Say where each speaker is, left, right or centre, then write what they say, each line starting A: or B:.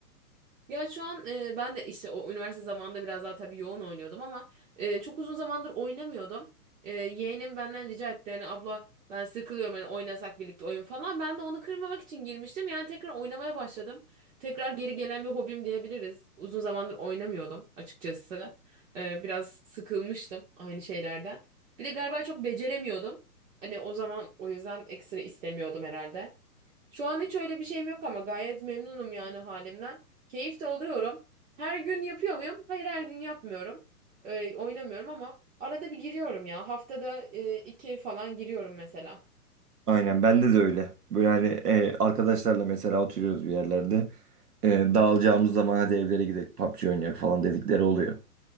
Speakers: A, on the right (about 55°); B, on the right (about 70°).
A: Ya şu an e, ben de işte o üniversite zamanında biraz daha tabii yoğun oynuyordum ama e, çok uzun zamandır oynamıyordum. E, yeğenim benden rica etti hani abla ben sıkılıyorum hani oynasak birlikte oyun falan. Ben de onu kırmamak için girmiştim yani tekrar oynamaya başladım. Tekrar geri gelen bir hobim diyebiliriz. Uzun zamandır oynamıyordum açıkçası. E, biraz sıkılmıştım aynı şeylerden. Bir de galiba çok beceremiyordum. Hani o zaman o yüzden ekstra istemiyordum herhalde. Şu an hiç öyle bir şeyim yok ama gayet memnunum yani halimden. Keyif de alıyorum. Her gün yapıyor muyum? Hayır her gün yapmıyorum. Ee, oynamıyorum ama arada bir giriyorum ya. Haftada e, iki falan giriyorum mesela.
B: Aynen bende de öyle. Böyle hani e, arkadaşlarla mesela oturuyoruz bir yerlerde. E, dağılacağımız zaman hadi evlere gidelim PUBG oynayalım falan dedikleri oluyor.